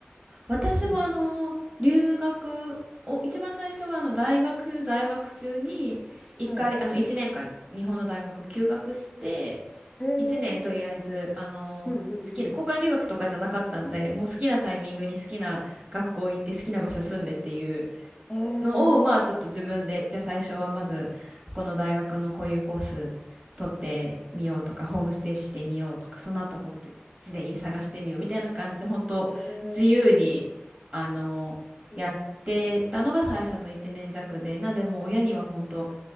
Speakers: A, on the right; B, on the left.
A: 私もあの、
B: 一時。
A: 留学を、一番最初はあの、大学在学中に、一回、
B: はい。
A: あの、一年間、日本の大学休学して、
B: えー、
A: 1年とりあえずあの好きな交換留学とかじゃなかったんでもう好きなタイミングに好きな学校行って好きな場所住んでっていう
B: うんうんうん。えー、
A: のをまあちょっと自分でじゃあ最初はまずここの大学のこういうコース取ってみようとかホームステイしてみようとかその後こっちで家探してみようみたいな感じで本当自由にあのやってたのが最初の1年弱でなんでもう親には本当
B: えー、うん。